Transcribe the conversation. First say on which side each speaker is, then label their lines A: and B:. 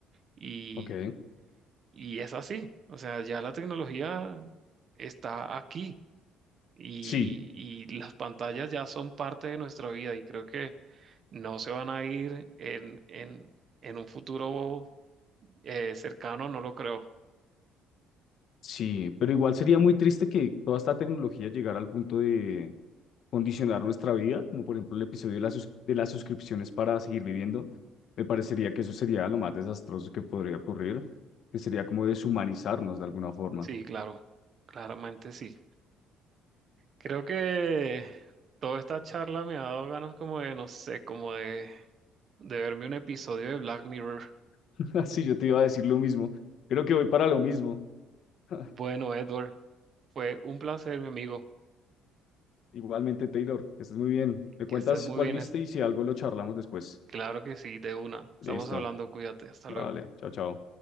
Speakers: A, on the right; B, on the left.
A: Y,
B: ok.
A: y es así, o sea, ya la tecnología está aquí y,
B: Sí,
A: y las pantallas ya son parte de nuestra vida y creo que no se van a ir en, en, en un futuro eh, cercano, no lo creo.
B: sí, pero igual sería muy triste que toda esta tecnología llegara al punto de condicionar nuestra vida, como por ejemplo el episodio de, la sus- de las suscripciones para seguir viviendo. Me parecería que eso sería lo más desastroso que podría ocurrir, que sería como deshumanizarnos de alguna forma.
A: Sí, claro, claramente sí. Creo que toda esta charla me ha dado ganas como de, no sé, como de, de verme un episodio de Black Mirror.
B: <laughs> Sí, yo te iba a decir lo mismo. Creo que voy para lo mismo. <laughs>
A: Bueno, Edward, fue un placer, mi amigo.
B: Igualmente, Taylor, que estés muy bien. Me
A: Que
B: cuentas
A: estés muy
B: cuál
A: bien.
B: viste y si algo lo charlamos después.
A: Claro que sí, de una.
B: Listo.
A: Estamos hablando, cuídate, hasta
B: Vale,
A: luego.
B: chao, chao.